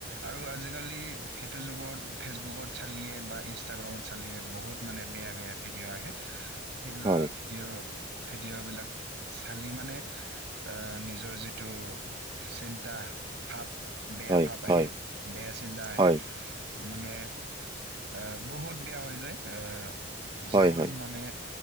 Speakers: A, on the right; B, on the right.
A: আৰু আজিকালি সেইটো যুগত ফেচবুকত চালিয়ে বা ইনষ্টাগ্ৰামত চালিয়ে। বহুত মানে বেয়া বেয়া ভিডিঅ' আহে সেইবিলাক
B: হয়,
A: ভিডিঅ' -ভিডিঅ'বিলাক চালি মানে আহ নিজৰ যিটো চিন্তা, ভাৱ বেয়া
B: হয়,
A: ভাব আহে,
B: হয়,
A: বেয়া চিন্তা আহে
B: হয়,
A: মানে, আহ বহুত বেয়া হৈ যায়, আহ জীৱনত
B: হয়, হয়,
A: মানে